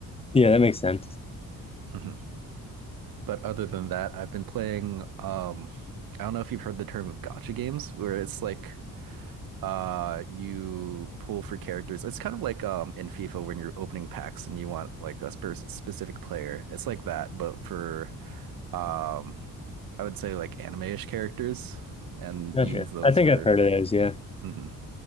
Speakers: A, on the left; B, on the right.
A: Yeah, that makes sense.
B: hmm But other than that, I've been playing. Um, I don't know if you've heard the term of gacha games, where it's like uh you pull for characters. It's kind of like um in FIFA when you're opening packs and you want like a spe- specific player. It's like that, but for um I would say like anime-ish characters and
A: Gotcha.
B: use those
A: I think
B: for
A: I've heard of those, yeah.
B: Mhm.